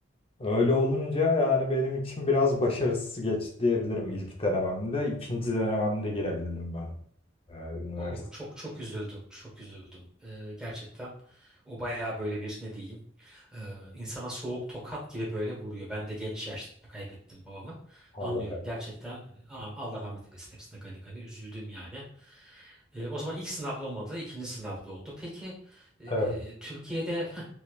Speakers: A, on the left (about 30°); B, in the centre.
A: Öyle olunca yani benim için biraz başarısız geçti diyebilirim ilk denememde. İkinci denememde girebildim ben. E, üniversite.
B: Oo, çok çok üzüldüm. Çok üzüldüm. Ee, gerçekten o bayağı böyle bir ne diyeyim e, insana soğuk tokat gibi böyle vuruyor. Ben de genç yaşta kaybettim babamı.
A: Allah.
B: Anlıyorum gerçekten. Aa, Allah rahmet eylesin hepsine gani gani üzüldüm yani. Ee, o zaman ilk sınavda olmadı, ikinci sınavda oldu. Peki e,
A: Evet,
B: Türkiye'de heh,